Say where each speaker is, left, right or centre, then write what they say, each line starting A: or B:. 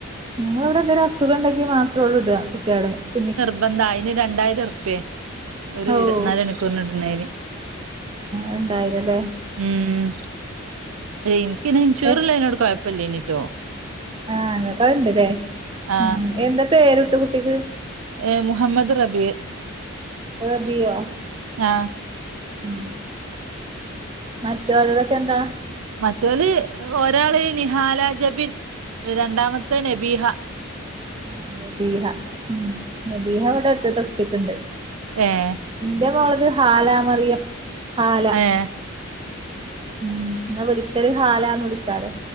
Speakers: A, on the right; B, on the right.
A: ഞങ്ങളെ ഇവിടെ എന്തേലും അസുഖണ്ടെങ്കി മാത്രേള്ളൂ ഇട കുട്ടിയാള് കുഞ്ഞി
B: ഇതെന്താ അയിന് രണ്ടായിരം ഉറുപ്പിയേ ഒരു
A: ഓഹ്
B: ഇരുപത്തിനാല് മണിക്കൂറ് ഇടുന്നതിന്.
A: രണ്ടായിരല്ലേ.
B: ഉം ഇൻ ക്ക് പിന്നെ ഇൻഷൂറിള്ളിനോട്
A: ഏഹ്
B: കൊഴപ്പ പ്പല്ലേനീട്ടോ.
A: ആഹ് ഇങ്ങക്ക് അത്ണ്ടിലേ
B: ആ
A: ഉം എന്താ പേര്ട്ടത് കുട്ടിക്ക്.
B: ഏഹ് മുഹമ്മദ് റബിഹ്.
A: റബിഹോ
B: ആ
A: ഉം മറ്റോൽതൊക്കെ എന്താ.
B: മറ്റോല് ഒരാള് നിഹാല ജബിൻ രണ്ടാമത്തെ നബീഹ.
A: ആഹ് നബീഹ ഉം നബീഹ ഇവിടെ അടുത്ത്ത്തെ കുട്ടിക്ക്ണ്ട്.
B: ഏഹ്
A: എന്റെ മോളത് ഹാലാ മറിയം ഹാല.
B: ഏ
A: ഉം എന്നാ വിളിക്കല് ഹാലാന്ന് വിളിക്കാലോ.